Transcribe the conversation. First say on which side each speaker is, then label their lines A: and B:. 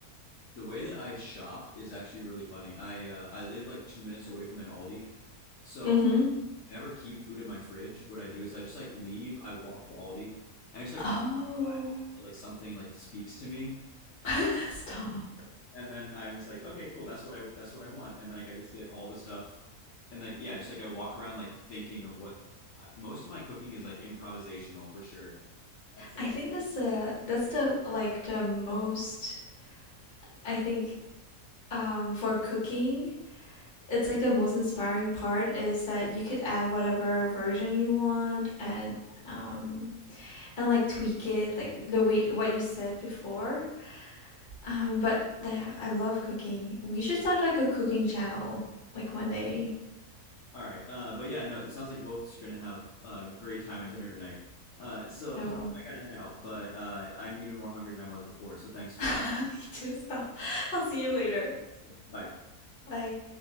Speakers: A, on the left (about 65°); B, on the left (about 35°).
A: the way that I shop is actually really funny. I uh, I live like two minutes away from an Aldi, so
B: Mm-hmm.
A: I never keep food in my fridge. What I do is I just like leave. I walk to Aldi and I just like
B: Oh,
A: walk the aisles until like something like speaks to me,
B: <laughs> stop.
A: and then I'm just like, okay, cool. That's what I that's what I want. And then like I just get all the stuff, and like yeah, just like I walk around like thinking of what uh, most of my cooking is like improvisational for sure. Uh, So.
B: I think that's the that's the like the most I think um for cooking It's like the most inspiring part is that you could add whatever version you want and um and like tweak it like the way what you said before. Um, but yeah, I love cooking. We should start like a cooking channel like one day.
A: All right. Uh, but yeah, no, it sounds like both of us are gonna have a great time at dinner tonight. Uh, so
B: I
A: hey, I
B: will.
A: gotta head out, but uh, I'm even more hungry than I was before. So thanks
B: <laughs>
A: for
B: Me
A: that.
B: too. Stop. I'll see you later.
A: So, Bye.
B: Bye.